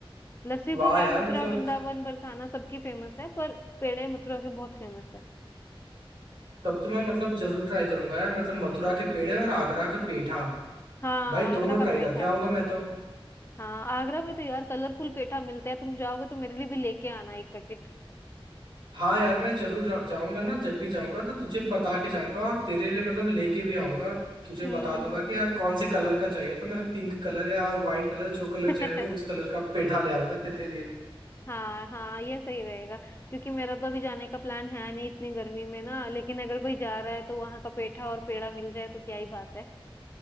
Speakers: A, on the left; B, on the right.
A: लस्सी
B: वाह
A: तो
B: यार
A: है मथुरा
B: मतलब
A: वृंदावन बरसाना सबकी फेमस है पर पेड़े मथुरा के बहुत फेमस है
B: तब तो मैं मतलब जरूर ट्राई करूंगा यार मतलब मथुरा के पेड़े और आगरा का पेठा
A: हाँ
B: भाई
A: आगरा
B: दोनों
A: का
B: ट्राई
A: पेठा
B: करके आऊंगा मैं
A: <laughs>
B: तो
A: हाँ आगरा में तो यार कलरफुल पेठा मिलता है तुम जाओगे तो मेरे लिए भी लेके आना एक पैकेट
B: हाँ यार मैं जरूर जा, जाऊंगा ना जब भी जाऊंगा तो तुझे बता के जाऊंगा और तेरे लिए मतलब लेके भी आऊंगा और तुझे
A: हम्म
B: बता दूंगा कि यार कौन से कलर का चाहिए तो मैं पिंक कलर या वाइट कलर जो
A: <laughs>
B: कलर चाहिएगा उस कलर का पेठा ले आऊंगा तेरे लिए
A: हाँ हाँ ये सही रहेगा क्योंकि मेरा तो अभी जाने का प्लान है नहीं इतनी गर्मी में ना लेकिन अगर कोई जा रहा है तो वहां का पेठा और पेड़ा मिल जाए तो क्या ही बात है